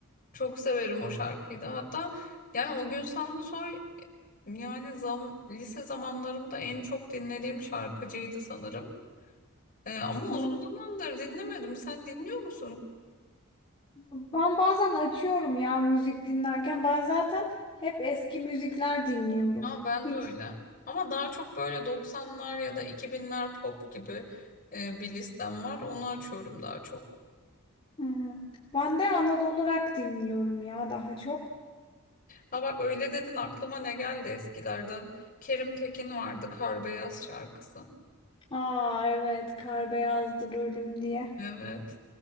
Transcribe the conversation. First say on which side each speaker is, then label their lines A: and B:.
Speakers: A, on the left (about 40°); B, on the left (about 25°).
A: çok severim o şarkıyı da. Hatta yani o gün Samsunsoy yani zam, lise zamanlarımda en çok dinlediğim şarkıcıydı sanırım. Ee, ama uzun
B: Evet.
A: zamandır dinlemedim. Sen dinliyor musun?
B: Ben bazen açıyorum ya müzik dinlerken. Ben zaten hep eski müzikler dinliyorum.
A: Ha, ben
B: Hiç.
A: de öyle. Ama daha çok böyle 90'lar ya da 2000'ler pop gibi e, bir listem var. Onu açıyorum daha çok.
B: Hmm. Ben de Anadolu rock dinliyorum ya daha çok.
A: Ha bak öyle dedin aklıma ne geldi eskilerden. Kerim Tekin vardı Kar Beyaz şarkısı.
B: Aa evet Kar Beyazdır Ölüm diye
A: Evet.